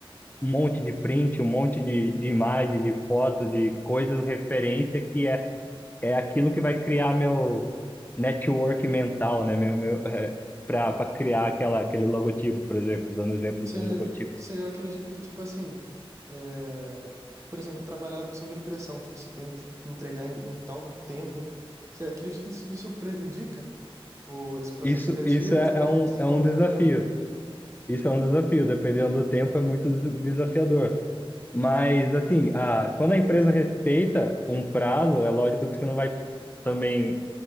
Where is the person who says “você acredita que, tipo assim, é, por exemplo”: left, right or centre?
Right